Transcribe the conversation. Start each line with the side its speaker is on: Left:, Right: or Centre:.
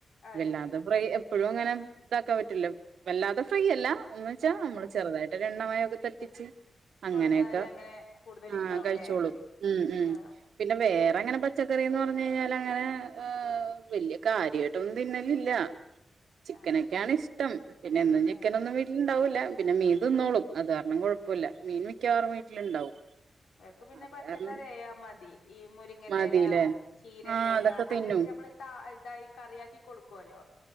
Left: അത്
Right: വല്ലാതെ
Left: ശരി
Right: ഫ്രൈ എപ്പോഴും അങ്ങനെ ഇതാക്കാൻ പറ്റൂല്ലോ വല്ലാതെ ഫ്രൈ അല്ല എന്ന് വെച്ചാ
Left: ആ
Right: നമ്മള്
Left: ആ
Right: ചെറുതായിട്ട് എണ്ണമയൊക്കെ തട്ടിച്ച് അങ്ങനെയൊക്കെ
Left: കൊടുത്താല് അങ്ങനെ കൂടുതൽ
Right: ആ
Left: ഇഷ്ടാവൂലേ
Right: കഴി ച്ചോളും ഉം ഉം
Left: ആ
Right: പിന്നെ വേ റങ്ങനെ പച്ചക്കറിന്ന് പറഞ്ഞു കഴിഞ്ഞാല് അങ്ങനെ വല്യ കാര്യയിട്ടൊന്നും തിന്നലില്ല ചിക്കനൊക്കെയാണ്
Left: അയ് ശരി
Right: ഷ്ടം പിന്നെന്നും ചിക്കനൊന്നും
Left: ഏ
Right: വീട്ടിലിണ്ടാവൂല പിന്നെ മീൻ തിന്നോളും അത് കാരണം കൊഴപ്പല്ല മീൻ മിക്കാറും വീട്ടിലുണ്ടാവും
Left: ക്ക് പിന്നെ
Right: അത്
Left: പച്ചക്കറി
Right: കാരണം
Left: യാ മതി ഈ മുരിങ്ങന്റെ
Right: മതില്ലേ
Left: എല ചീരന്റെ
Right: ആഹ് അതൊക്കെ
Left: ല
Right: തിന്നും
Left: അത് നമ്മള് ത തായി കറിയാക്കി കൊടുക്കോ ലോ